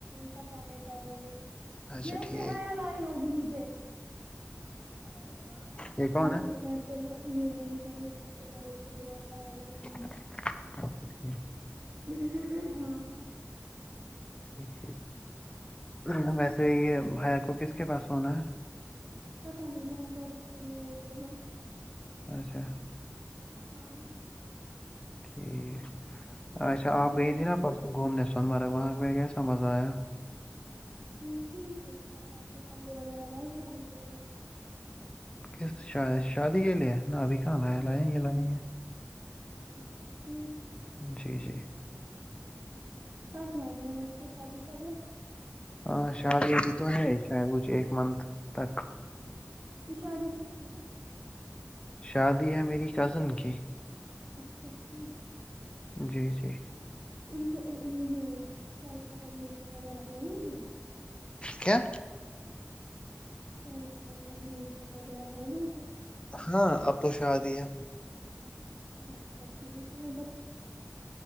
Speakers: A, on the right (about 40°); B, on the left (about 20°).
A: ستانے کاب ہوگے
B: اچھا
A: یہ اس
B: ٹھیک
A: نے حیا لاری ہوگی نیچے <inaudible>
B: یہ کون ہے
A: چلای یہ میری بہن چلا رہی اس کو دماغ خراب ہو گیا
B: اچھا ٹھیک
A: ا ہاںاں
B: ٹھیک م وسے ہی بھائی کو کس کے پاس ہونا ہے
A: پت نہیں جہاں پہ اب اس کو من اٹ ہوگا
B: اچھا
A: ہاں
B: ٹھیک اچھا آپ
A: اور
B: گئی تھی نا پرسوں گھومنے سون مرگ وہاں کیسا مزہ آیا
A: ہ ٹھیک ہی تھا اپنے کپڑے وغیرہ لائے شادی کے لیے
B: ک شادی کے لے نا ابھی کہاں
A: ہاں
B: لایا لائیں گے لائیں گے
A: اچھا ٹھیک
B: جی جی
A: کب مان ہیں ویسے شادی کب ہے
B: ہاں شادی ابھی تو ہے شاید کچھ ایک منتھ تک
A: کہ شادی کس کی ہے
B: شادی ہے میری کزن کی
A: اچھا ٹھیک
B: جی جی
A: ان کو یہ کیچمنٹ انگیجمنٹ وغیرہ ہو ہی گیا
B: کیا
A: اچمنٹ انگیجمنٹ وغیرہ ہو گئی کیا
B: ہاں آپ تو شااد ہی ہے
A: اچھا ٹھیک ہے تو میں